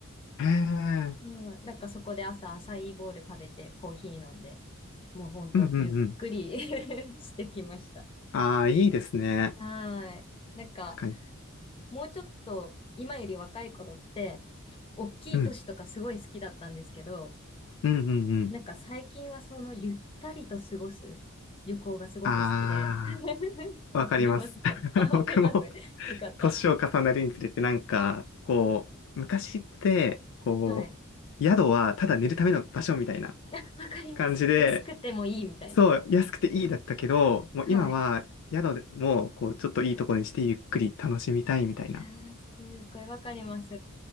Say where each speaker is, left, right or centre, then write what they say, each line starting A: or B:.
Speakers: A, on the left; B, on the left.
A: へえ。
B: うん、なんかそこで朝アサイーボウル食べてコーヒー飲んで、もうほんとゆっくり
A: うんうんうん。
B: <laughs> してきました。
A: ああ、いいですね。
B: はーい。なんか、
A: 確かに。
B: もうちょっと今より若い頃って、大きい都市とかすごい好きだったんですけど、
A: うん。うん、うん、うん。
B: なんか最近はそのゆったりと過ごす旅行がすごく好きで。
A: あ
B: <laughs>
A: あ、
B: わかりますかあ、
A: わかります。<laughs> 僕も、
B: わかります。よかった。
A: 年を重ねるにつれて、なんか、こう、昔って、こう、
B: はい。
A: 宿はただ寝るための場所みたいな
B: <laughs> あ、わかります。
A: 感じで、
B: 安くてもいいみたいな。
A: そう、安くていいだったけど、もう今は、
B: はい。
A: 宿でも、こう、ちょっといいところにして、ゆっくり楽しみたいみたいな。
B: いやー、すっごいわかります。